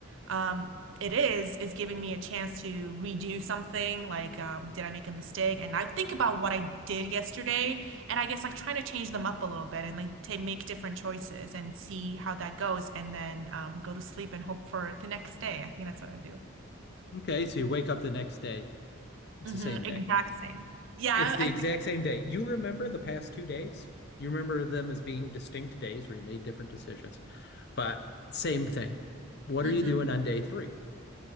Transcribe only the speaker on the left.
Okay, so you wake up the next day. It's
the same
day.
It's the
exact
same day. You remember the past two days? You remember them as being distinct days where you made different decisions, but same thing. What
are you doing on day three?